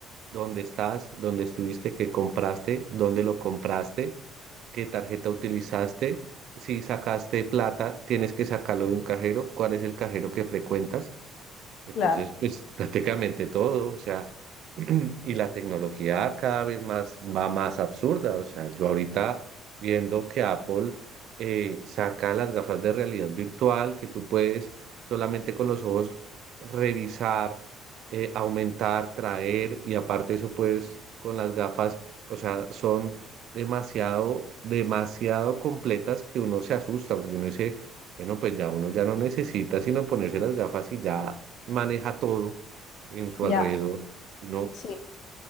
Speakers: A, on the right; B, on the left.
A: dónde estás, dónde estuviste, qué compraste, dónde lo compraste, qué tarjeta utilizaste. Si sacaste plata, tienes que sacarlo de un cajero. ¿Cuál es el cajero que frecuentas? Entonces,
B: Claro.
A: pues prácticamente todo, o sea, <clears throat> y la tecnología cada vez más va más absurda, o sea, yo ahorita viendo que Apple eh, saca las gafas de realidad virtual que tú puedes solamente con los ojos revisar, eh, aumentar, traer y aparte eso puedes con las gafas, o sea, son demasiado, demasiado completas que uno se asusta porque uno dice bueno, pues ya uno ya no necesita sino ponerse las gafas y ya maneja todo en su
B: Ya.
A: alrededor. No,
B: Sí.